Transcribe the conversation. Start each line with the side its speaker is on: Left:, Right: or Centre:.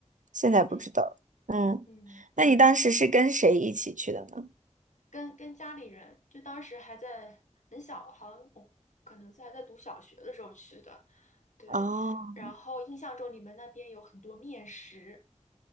Right: 现在不知道。
Left: 嗯嗯
Right: 嗯，
Left: 嗯，
Right: 那你当时是跟谁一起去的呢？
Left: 跟跟家里人，就当时还在很小，好像我可能在还在读小学的时候去的。对，
Right: 哦，
Left: 然后印象中你们那边有很多面食，